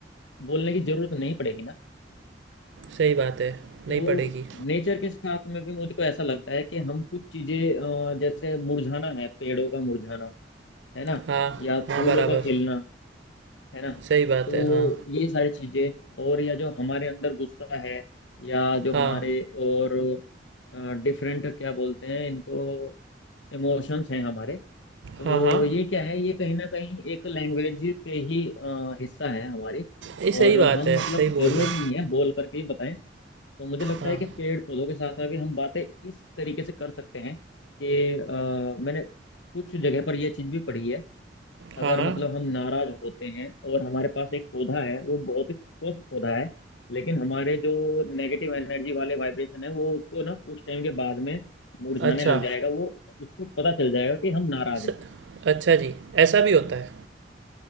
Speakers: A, on the left; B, on the right.
A: बोलने की जरूरत नहीं पड़ेगी ना
B: सही बात है नहीं
A: तो
B: पड़ेगी
A: नेचर के साथ में भी मुझको ऐसा लगता है कि हम कुछ चीजें अ, जैसे मुरझाना है पेड़ों का मुरझाना है ना
B: हाँ
A: या
B: हाँ
A: फूलों
B: बराबर
A: का खिलना है ना
B: सही बात
A: तो
B: है हाँ
A: ये सारी चीजें और या जो हमारे अंदर गुस्सा है या जो
B: हाँ
A: हमारे और डिफरेंट क्या बोलते हैं इनको इमोशंस हैं हमारे तो
B: हाँ हाँ
A: ये क्या है ये कहीं ना कहीं एक लैंग्वेज के ही अ, हिस्सा है हमारी
B: ये सही
A: और
B: बात
A: हम
B: है सही
A: मतलब
B: बोल
A: जरूरी
B: रहे हो
A: नहीं है बोल करके ही बताएं तो मुझे लगता
B: हाँ
A: है कि पेड़ पौधों के साथ आगे हम बातें इस तरीके से कर सकते हैं कि अ, मैंने कुछ जगह पर यह चीज भी पढ़ी है अगर
B: हाँ हाँ
A: मतलब हम नाराज होते हैं और हमारे पास एक पौधा है वो बहुत ही स्वस्थ पौधा है लेकिन हमारे जो नेगेटिव एनर्जी वाले वाइब्रेशन है वो उसको ना कुछ टाइम के बाद में मुरझाने
B: अच्छा
A: लग जाएगा वो उसको पता चल जाएगा कि हम नाराज
B: स,
A: हैं
B: अच्छा जी ऐसा भी होता है